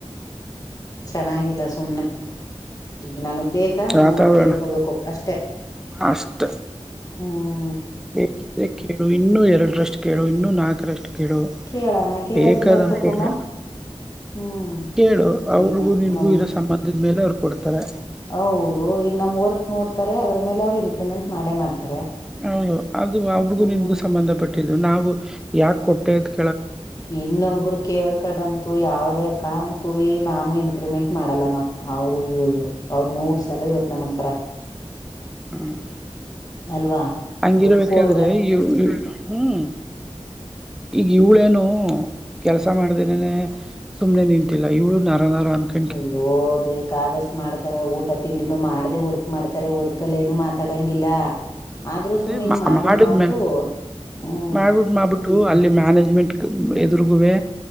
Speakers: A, on the left (about 30°); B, in the centre.
A: ಚೆನ್ನಾಗಿಲ್ಲ ಸುಮ್ನೆ ಈಗ ನನಗ್ ಬೇಕ ಅ ನಾವು
B: ವಾತಾವರಣ
A: ಕೇಳ್ಕೋಬೇಕು ಅಷ್ಟೆ
B: ಅಷ್ಟ
A: ಹ್ಮ್
B: ಬೇಕಿದ್ರೆ ಕೇಳು ಇನ್ನುೂ ಎರಡರಷ್ಟು ಕೇಳು ಇನ್ನುೂ ನಾಲ್ಕರಷ್ಟು ಕೇಳು
A: ಕೇಳಣ ಕೇಳೋದ್ರಲ್ಲ
B: ಬೇಕಾದನ್ಕೂಡ್ಲ
A: ಏನ್ ತಪ್ಪು ಮ್ಯಾಮ್ ಹ್ಮ್
B: ಕೇಳು ಅವ್ರಿಗೂ
A: ಈಗ ನ
B: ನಿನ್ಗೂ
A: ನಮ್
B: ಇರೋ ಸಂಬಂಧದ ಮೇಲೆ ಅವ್ರು ಕೊಡ್ತಾರೆ
A: ಹೌದು ಈಗ ನಮ್ ವರ್ಕ್ ನೋಡ್ತಾರೆ ಅದ್ರ ಮೇಲೆ ಅವ್ರು ಇನ್ಕ್ರಿಮೆಂಟ್ ಮಾಡೇ ಮಾಡ್ತಾರೆ
B: ಹೌದು ಅದು ಅವ್ರಿಗೂ
A: ಹ್ಮ್
B: ನಿಮಗೂ ಸಂಬಂಧಪಟ್ಟ ಕೊಟ್ಟು ನಾವು ಯಾಕೆ ಕೊಟ್ಟದ
A: ಇನ್ನೊಬ್ಬರು ಕೇಳ್ಕಣಂತು ಯಾವದ ಕಾರಣ ಕೂ ಮ್ಯಾಮ್ ಇನ್ಕ್ರಿಮೆಂಟ್ ಮಾಡಲ್ಲ ಮ್ಯಾಮ್ ಅವ್ರು ಅಯ್ಯಯ್ಯೋ ಅವ್ರ ನೂರ್ ಚಲ ಯೋತ್ನ ಮಾಡ್ತಾರ
B: ಹ್ಮ್
A: ಅಲ್ವಾ
B: ಹಂಗಿರಬೇಕಾದ್ರೆ
A: ವರ್ಕ್ ಅವ್ರಗ
B: ಇ ಹ್ಮ್ ಈಗ ಇವ್ಳೇನು ಕೆಲಸ ಮಾಡ್ದೇನನೆ ಸುಮ್ನೆ ನಿಂತಿಲ್ಲ ಇವಳು ನರ ನರ ಅಂತ
A: ಅಯ್ಯೋ ಬ ಕಾದಷ್ಟು ಮಾಡ್ತಾರೆ ಊಟ ತಿಂಡಿನು ಮಾಡದೆ ವರ್ಕ್ ಮಾಡ್ತಾರೆ ವರ್ಕ್ಲ್ಲಿ ಏನು ಮಾತಾಡಂಗಿಲ್ಲ ಆದ್ರೂ
B: ಅದೇ
A: ಸುಮ್ನೆ ಹಿಂಗ್ ಮಾಡ್ಬಿಟ್
B: ಮಾಡಿದ್ಲೆ
A: ಮಾಡ್ಬಿಟ್ಟು ಹ್ಮ್
B: ಮಾಡ್ಬಿಟ್ಟು ಮಾಡ್ಬಿಟ್ಟು ಅಲ್ಲಿ ಮ್ಯಾನೇಜ್ಮೆಂಟ್ ಎದುರುಗುವೆ